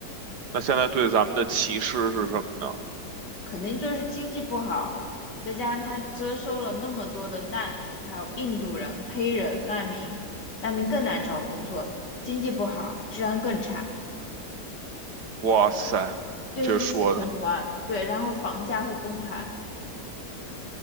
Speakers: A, on the right (about 70°); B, on the left (about 75°).
A: 那现在对咱们的歧视是什么呢？
B: 肯定就是经济不好，再加上他接收了那么多的难民，还有印度人、黑人难民，难民更难找工作，经济不好，治安更差，
A: 哇塞，
B: 这是死循环。
A: 你这说的，
B: 对，然后房价会崩盘，